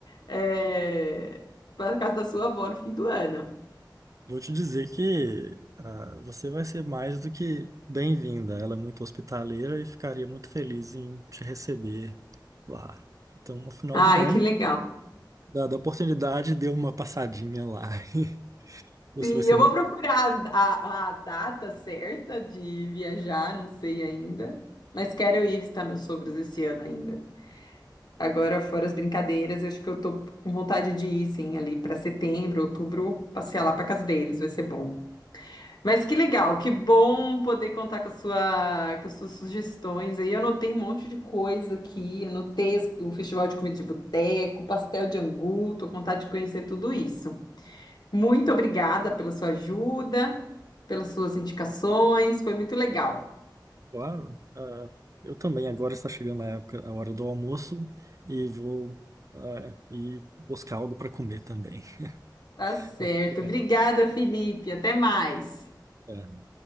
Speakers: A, on the left; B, on the right.
A: é, pra casa da sua avó no fim do ano.
B: Eu Vou te dizer que ah, você vai ser mais do que bem-vinda. Ela é muito hospitaleira e ficaria muito feliz em te receber lá. Então, no final
A: Ai,
B: do ano,
A: que legal.
B: dada a oportunidade, dê uma passadinha lá. <laughs> Você
A: Sim,
B: vai ser
A: eu
B: muito
A: vou procurar a, a data certa de viajar, não sei ainda. Mas quero ir visitar meus sogros esse ano ainda. Agora, fora as brincadeiras, eu acho que eu tô com vontade de ir, sim, ali para setembro, outubro, passear lá para casa deles, vai ser bom. Mas que legal, que bom poder contar com a sua, com as suas sugestões. Aí eu anotei um monte de coisa aqui, anotei as- o Festival de Comida de Boteco, pastel de angu, tô com vontade de conhecer tudo isso. Muito obrigada pela sua ajuda, pelas suas indicações, foi muito legal.
B: claro. Ah, eu também, agora está chegando a época, a hora do almoço e vou ah, ir buscar algo para comer também. <laughs>
A: Tá certo.
B: Muito obrigado.
A: Obrigada, Felipe. Até mais.
B: É.